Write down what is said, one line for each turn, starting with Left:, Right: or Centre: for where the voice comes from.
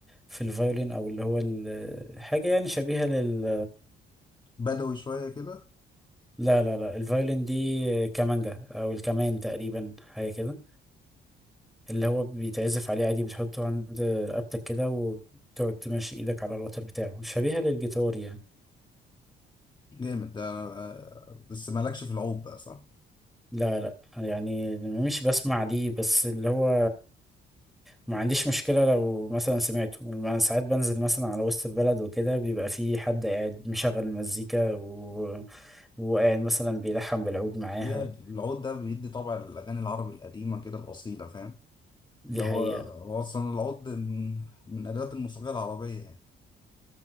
Centre: في الفايولين أو اللي هو ال- حاجة يعني شبيهة لل
Left: بدوي شويه كده
Centre: لا لا لا الفايولين دي كمانجا او الكمان تقريبا حاجه كده اللي هو بيتعزف عليه عادي بتحطه عند رقبتك كده وتقعد تمشي ايدك على الوتر بتاعه شبيهه للجيتار يعني
Left: جامد ده آه، بس مالكش في العود بقى صح؟
Centre: لا لا يعني مش بسمع دي بس اللي هو ما عنديش مشكله لو مثلا سمعته ما- ساعات بنزل مثلا على وسط البلد وكده بيبقى في حد قاعد مشغل مزيكا و... وقاعد مثلا بيلحن بالعود معاها
Left: هي العود ده بيدي طبع الأغاني العربي القديمة كده الأصيلة فاهم؟
Centre: دي
Left: ده
Centre: حقيقه
Left: هو هو أصلا العود من من أدوات الموسيقى العربية يعني